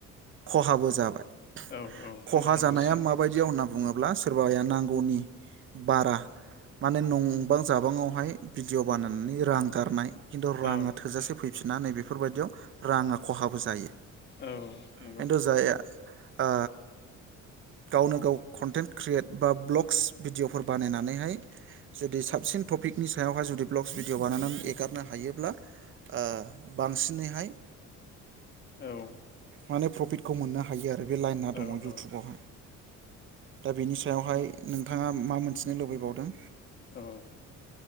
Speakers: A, on the right; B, on the left.
A: खहाबो जाबाय।
B: औ
A: खहा
B: खोनादों
A: जानाया
B: निस्सय
A: माबायदियाव होनना बुङोब्ला सोरबाया नां गौनि बारा माने नंबां जाबांङावहाय। भिडिअ' बानायनानै रां गारनाय। खिन्थु रांङा
B: औ
A: थोजासे फैफिना नैबे। बेफोरबायदियाव राङा खहाबो जायो।
B: औ नोंगौ।
A: खिन्थु जाया ओ गावनो गाव कन्टेन्ट क्रियेट बा ब्लग्स भिडिअफोर बानायनानै। नै जुदि साबसिन। टपिकनि सायावहाय जुदि ब्लगस भिडिअ बानायनानै एगारनो हायोब्ला ओ बांसिनैहाय
B: औ।
A: माने प्रफिटखौ मोननो हायो आरो। बे लाइना दङ
B: औ
A: इउटुबावहाय। दा बेनि सायावहाय नोंथाङा मा मोनथिनो लुबैबावदों।
B: औ।